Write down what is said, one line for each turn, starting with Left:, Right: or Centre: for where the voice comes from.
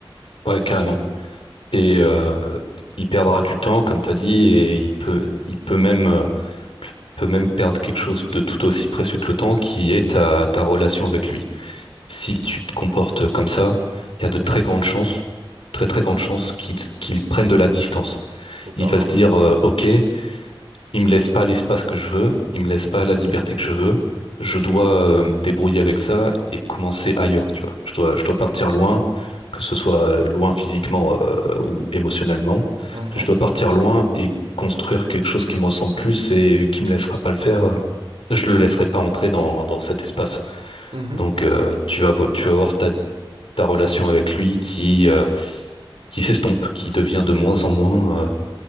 Left: ouais, carrément. Et euh, il perdra du temps, comme tu as dit, et il peut, il peut même, euh, peut même perdre quelque chose de tout aussi précieux que le temps, qui est ta, ta relation avec lui. Si tu te comportes comme ça, il y a de très grandes chances, très très grandes chances qu'il qu'il prenne de la distance.
Right: totalement.
Left: Il va se dire, euh, OK. Il me laisse pas l'espace que je veux, il me laisse pas la liberté que je veux. Je dois euh, me débrouiller avec ça et commencer ailleurs, tu vois. Je dois, je dois partir loin, que ce soit euh, loin physiquement euh, ou émotionnellement.
Right: Mhm,
Left: Je dois partir loin et construire quelque chose qui me ressemble plus et qui me laissera pas le faire. euh, Je le laisserai pas entrer dans, dans cet espace.
Right: mhm.
Left: Donc euh, tu vas, vo- tu vas voir ta, ta relation avec lui qui, euh, qui s'estompe, qui devient de moins en moins euh,